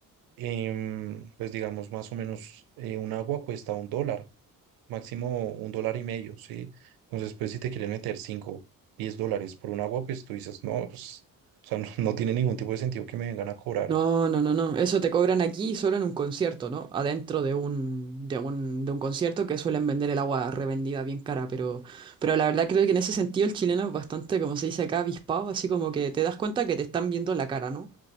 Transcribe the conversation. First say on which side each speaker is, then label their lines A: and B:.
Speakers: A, on the right; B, on the right.
A: Em, pues digamos, más o menos eh, un agua cuesta un dólar máximo un dólar y medio, ¿sí? Entonces, pues si te quieren meter 5, 10 dólares por un agua, pues tú dices, no, pues, o sea, no, no tiene ningún tipo de sentido que me vengan a cobrar.
B: No, no, no, no. Eso te cobran aquí solo en un concierto, ¿no? Adentro de un, de un, de un concierto que suelen vender el agua revendida bien cara, pero, pero la verdad creo que en ese sentido el chileno es bastante, como se dice acá, avispado, así como que te das cuenta que te están viendo la cara, ¿no?